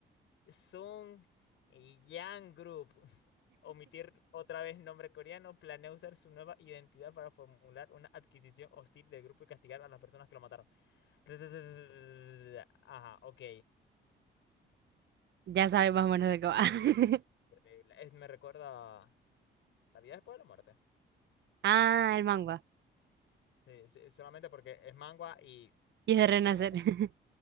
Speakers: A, on the left; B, on the right.
A: Sung Yang Group, <laughs> omitir otra vez nombre coreano, planea usar su nueva identidad para formular una adquisición hostil del grupo y castigar a las personas que lo mataron. <laughs> Ajá, ok.
B: Ya sabes más o menos de qué va. <laughs>
A: Increíble. Es- Me recuerda a La vida después de la muerte.
B: Ah, el manga.
A: Sí, sí, solamente porque es mangua y... Esto,
B: Y es de renacer.
A: ya va, es-
B: <laughs>